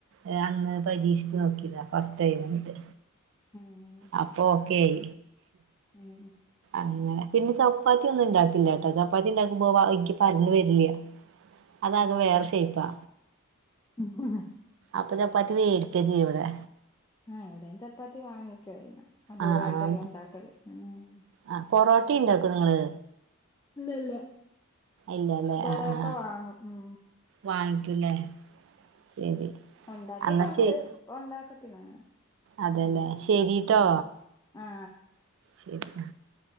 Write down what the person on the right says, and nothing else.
ഏഹ് അന്ന് പരീക്ഷിച്ച് നോക്കിയതാ ഫസ്റ്റ് ടൈം എന്നിട്ട്
അപ്പൊ ഓക്കെ ആയി
അങ്ങനെ പിന്നെ ചപ്പാത്തി ഒന്നും ഇണ്ടാക്കില്ലാട്ടോ ചപ്പാത്തി ഇണ്ടാക്കുമ്പോ പ എനിക്ക് പരന്ന് വരില്ല അതാകെ
വേറെ ഷെയ്പ്പാ
അപ്പ ചപ്പാത്തി വേ <unintelligible> ഇവടെ
ആഹ് ആഹ്
ആഹ് പൊറോട്ടയും ഇണ്ടാക്കുവോ നിങ്ങള്
ഇല്ലല്ലേ
ആഹ് ആഹ്
വാങ്ങിക്കൂല്ലേ ശരി
അന്നാ ശരി
അതെല്ലേ
ശരിട്ടോ
ശരി